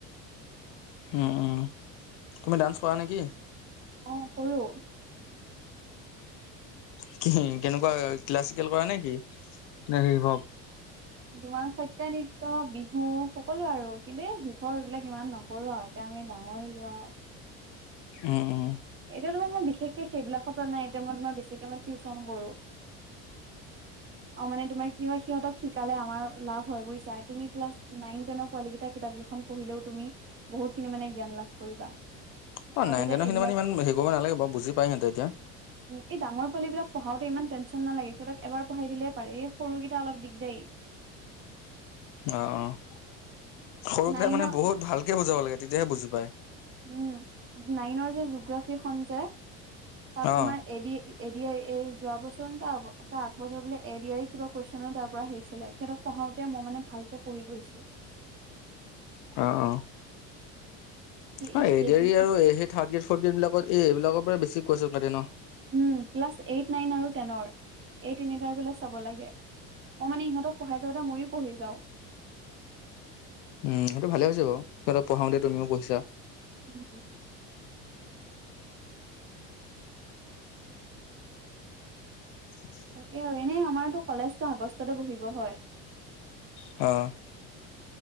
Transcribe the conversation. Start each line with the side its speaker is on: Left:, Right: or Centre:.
Left: উম, ও তুমি ডান্স কৰা নেকি?
Right: অ', কৰো
Left: <unintelligible> কেনেকুৱা ক্লাছিকেল কৰা নে কি, নে ৰিভৱ
Right: তোমাৰ সত্ৰীয়া নৃত্য, বিহু, সকলো আৰু কিন্তু এই শিৱ এইবিলাক ইমান ন <unintelligible> এতিয়া আমি ডাঙৰ হ ললোৱা
Left: অ', অ',
Right: এতিয়া তোমাৰ মই বিশেষকে সেইবিলাকত নাই, এতিয়া মই তোমাৰ বেছিকে মই টিউচন কৰো অ', মানে তোমাৰ কি হয়, সিহঁতক শিকালে আমাৰ লাভ হয় বুজি চাই তুমি ক্লাছ নাইন, টেনৰ, পোৱালী কেইটা কিতাপ কেইখন পঢ়িলেও তুমি, বহুতখিনি মানে জ্ঞান লাভ কৰিবা
Left: অ',
Right: আৰু
Left: নাইন
Right: তাতে
Left: তেনৰ
Right: এইবিলাক
Left: খিনি মানে ইমান, হে কৰিব নালে বাৰু বুজি পাই এতিয়া
Right: উম, এই ডাঙৰ পোৱালিবিলাক পঢ়াওঁতে ইমান টেনশ্যন নালাগে, সিহঁতক এবাৰ পঢ়াই দিলেই পাৰে এই সৰুকেইটা অলপ দিগদাৰি
Left: অ', অ', সৰুকেইট
Right: নাইনৰ
Left: মানে বহুত ভালকে বুজাব লাগে তেতিয়াহে বুজি পায়
Right: উম, নাইনৰ যে জগ্ৰাফি খন যে, তাত
Left: অ
Right: তোমাৰ এড এডি এই যোৱা বছৰ নটা আগবছৰ বোলে এড আ কিবা কুৱেশ্বন তাৰ পৰা আহিছিলে সিহঁক পঢ়াওতে মই মানে, ভালকে পঢ়ি গৈছো
Left: অ', অ',
Right: সি সেইকেইখন
Left: হয়, <unintelligible> আৰু সেই থাৰ্ড গ্ৰেড, ফৰ্থ গ্ৰেড, বিলাকত এইবাকৰ পৰাই বেছি কোৱাছ কে ন?
Right: উম, ক্লাছ এইট, নাইন, আৰু টেনৰ, এই তিনিটাৰ বোলে চাব লাগে মই, মানে ইহঁত পঢ়াই যাওতে মই পঢ়ি যাও
Left: উম, সেইটো ভালে হৈছে বাৰু সিহঁতক পঢাওঁতে, তুমিও পঢিছা
Right: উম,
Left: উ
Right: তাকে, আৰু এনেই আমাৰতো কলেজটো আগষ্টতে বহিব হয়
Left: অ',